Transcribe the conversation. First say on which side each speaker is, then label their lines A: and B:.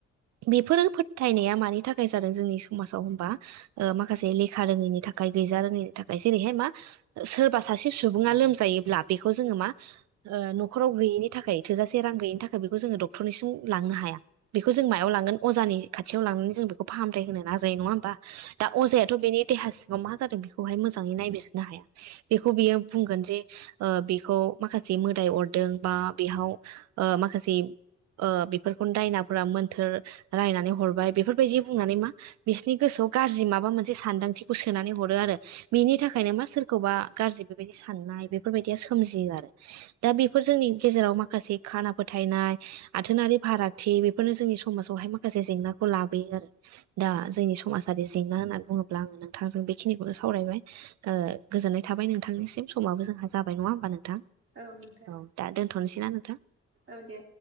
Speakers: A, on the right; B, on the right.
A: बेफोरो फोथायनाया मानि थाखाय जादों जोंनि समाजाव होनबा ओ माखासे लेखा रोङैनि थाखाय गैजा रोङैनि थाखाय बैहाय मा सो सोरबा सासे सुबुङा लोमजायोब्ला बेखौ जोङो मा ओ न'खराव गैयिनि थाखाय थोजासे रां गैयिनि थाखाय बेखौ जोङो डक्टरनिसिम लांनो हाया। बेखौ जों मायाव लांगोन अजानि खाथियाव लांनानै जों बेखौ फाहामथाय होनो नाजायो नङा होनबा? दा अजायाथ' बेनि देहा सिङाव मा जादों बेखौहाय मोजाङै नायबिजिरनो हाया। बेखौ बियो बुंगोन जे ओ बेखौ माखासे मोदाय अरदों बा बेहाव ओ माखासे ओ बेफोरखौनो दायनाफोरा मोन्थोर रायनानै हरबाय बेफोरबायदि बुंनानै मा बिसिनि गोसोआव गाज्रि माबा मोनसे सानदांथिखौ सोनानै हरो आरो बेनि थाखायनो मा सोरखौबा गाज्रि बेबायदि साननाय बेफोरबायदिया सोमजियो आरो। दा बेफोर जोंनि गेजेराव माखासे खाना फोथायनाय आथोनारि फारागथि बेफोरनो जोंनि समाजावहाय माखासे जेंनाखौ लाबोयो आरो। दा जोंनि समाजारि जेंना होनना बुङोब्ला आङो नोंथांजों बेखिनिखौनो सावरायबाय ओ गोजोननाय थाबाय नोंथांनिसिम समाबो जोंहा जाबाय नङा ओमबा नोंथां?
B: औ नोंथां
A: औ दा दोनथ'नोसै ना नोंथां?
B: औ दे